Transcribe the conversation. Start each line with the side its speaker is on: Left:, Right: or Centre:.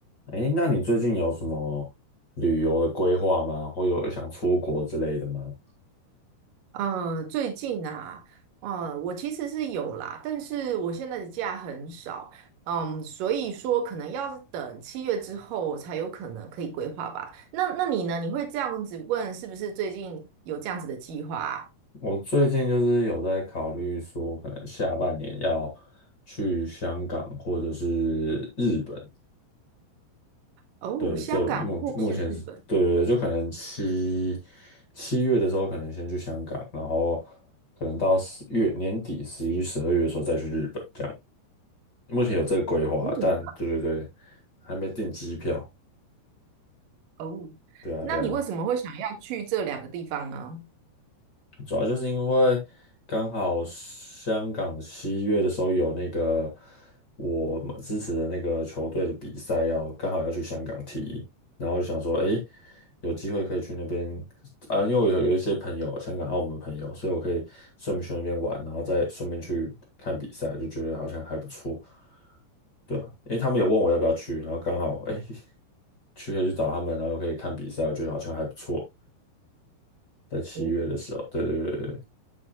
Left: 哎，那你最近有什么旅游的规划吗？或有有想出国之类的吗？
Right: 嗯，最近啊，嗯，我其实是有啦，但是我现在的假很少，嗯，所以说可能要等七月之后才有可能可以规划吧。那那你呢？你会这样子问，是不是最近有这样子的计划啊？
Left: 我最近就是有在考虑说，可能下半年要去香港或者是日本。
Right: 哦，
Left: 对，
Right: 香港或是日本？
Left: 这目目前是，对对对，就可能七七月的时候，可能先去香港，然后可能到十月年底十一、十二月的时候再去日本，这样。目前有这个规划，
Right: 嗯，
Left: 但对对对，还没订机票。
Right: 哦，
Left: 对啊，
Right: 那你为什么会想要去这两个地方呢？
Left: 对啊。主要就是因为刚好香港七月的时候有那个我们支持的那个球队的比赛要刚好要去香港踢，然后就想说，诶，有机会可以去那边啊，因为我有有一些朋友，香港、澳门朋友，所以我可以顺便去那边玩，然后再顺便去看比赛，就觉得好像还不错，对啊，因为他们有问我要不要去，然后刚好诶，去可以去找他们，然后又可以看比赛，我觉得好像还不错，在七月的时候，
Right: 哦，
Left: 对对对对。对